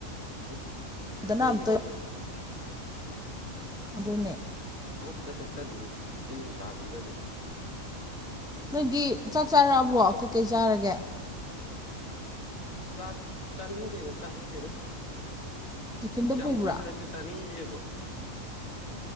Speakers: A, on the left; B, in the centre.
A: ꯏꯁ
B: ꯗꯅ
A: ꯃꯩ
B: ꯑꯝꯇ
A: ꯍꯧꯕꯤꯅꯤ
B: ꯑꯗꯨꯅꯦ
A: ꯊꯕꯛꯀ ꯆꯠꯇꯧ ꯇꯟꯕꯤꯅꯤ ꯁꯤ ꯅꯨꯡꯁꯥꯖꯤꯗꯗꯤ
B: ꯅꯣꯏꯗꯤ ꯆꯥꯛ ꯆꯥꯔꯛꯑꯕꯣ ꯀꯩꯀꯩ ꯆꯥꯔꯒꯦ
A: ꯆꯥꯛ ꯆꯥꯅꯤꯡꯗꯦꯗ ꯆꯥꯔꯛꯇꯦꯗ
B: ꯇꯤꯐꯤꯟꯗ ꯄꯨꯕ꯭ꯔꯥ
A: ꯌꯥꯝ ꯉꯜꯂꯖꯨ ꯆꯥꯅꯤꯡꯗꯦꯕ